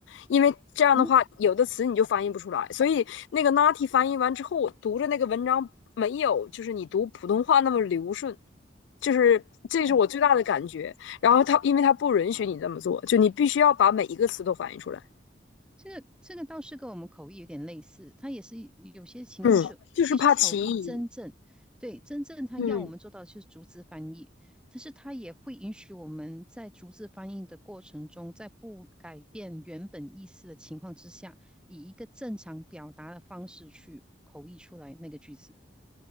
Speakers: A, on the left; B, in the centre.
A: 因为这样的话有的词你就翻译不出来。
B: 我们
A: 所以那个 Nati 翻译完之后，我读着那个文章没有就是你读普通话那么流顺，就是这是我最大的感觉。
B: 哦。
A: 然后他因为他不允许你这么做，就你必须要把每一个词都翻译出来，
B: 这个这个倒是跟我们口译有点类似，它也是有些情况是，
A: 嗯，就是怕歧义，
B: 其实口译真正对真正它要我们做到的就是逐字翻译，
A: 嗯。
B: 但是它也会允许我们在逐字翻译的过程中，在不改变原本意思的情况之下，以一个正常表达的方式去口译出来那个句子。